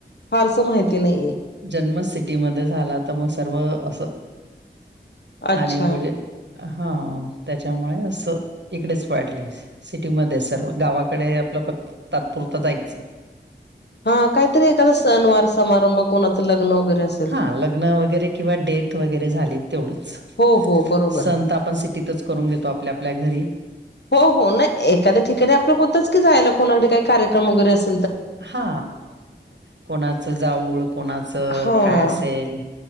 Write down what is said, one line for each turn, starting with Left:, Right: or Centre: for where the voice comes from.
Left: फारसं माहिती नाहीये.
Right: जन्म सिटी मध्ये झाला, तर मग सर्व असं
Left: अच्छा
Right: आणि म्हजे हा, त्याच्यामुळे असं इकडेच वाढलीस. सिटीमध्येच सर्व. गावाकडे आपलं, फक्त तात्पुरतं जायचं.
Left: हा काहीतरी एखादा सनवार समारंभ कोणाचं लग्न वगैरे अस.
Right: हा लग्न वगैरे किंवा डेथ वगैरे झाली तेवढंच.
Left: हो हो बरोबर
Right: संण
Left: आहे
Right: तर आपण सिटीतच करून घेतो आपल्या आपल्या घरी
Left: हो हो ना एखाद्या ठिकाणी आपलं होतच की जायला कोणाकडे काही कार्यक्रम वगैरे अस.
Right: हा कोणाचं जाऊळ कोणाचं
Left: हा
Right: काय असेल.